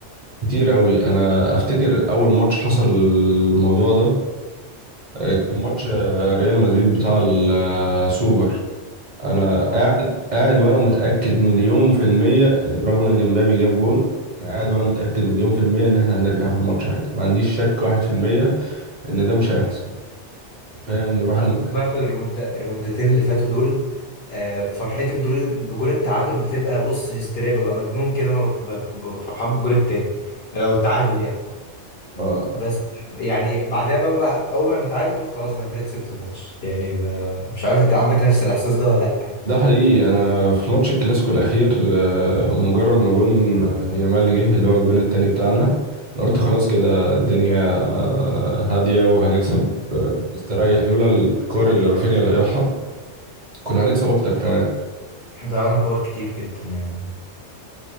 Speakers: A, on the right; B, on the left.
A: كتير قوي انا افتكر اول ماتش حصل الموضوع ده آه، كان ماتش آه، ريال مدريد بتاع السوبر انا قاعد
B: اه
A: قاعد وانا متاكد مليون في الميه رغم ان مبابي جاب جون انا قاعد وانا متاكد مليون في الميه ان احنا هنرجع في الماتش عادي ما عنديش شك واحد في الميه ان ده مش هيحصل فاهم ورحنا
B: عايز أقول لك بقى في الريمونت- الريمونتاتين اللي فاتوا دول آه، فرحتي بدور بجول التعادل بتبقى بص هستيريا ببقى مجنون كده انا بت- ب- ب- ب- فرحان بالجول التاني لو التعادل يعني
A: اه
B: بس يعني بعدها بقى, بقى اول ما نتعادل نقول خلاص انا كده كسبت الماتش يعني ما- مش عارف انت عندك نفس الاحساس ده ولا لا يعني.
A: ده حقيقي انا في ماتش الكلاسيكو الاخير آه، مجرد ما جون آه، يامال جه اللي هو الجون التاني بتاعنا انا قلت خلاص كده الدنيا آه، هاديه وهنكسب آه، مستريح لولا الكور اللي رافينيا ضيعها كنا هنكسب اكتر كمان
B: احنا ضيعنا كور كتير جدا يعني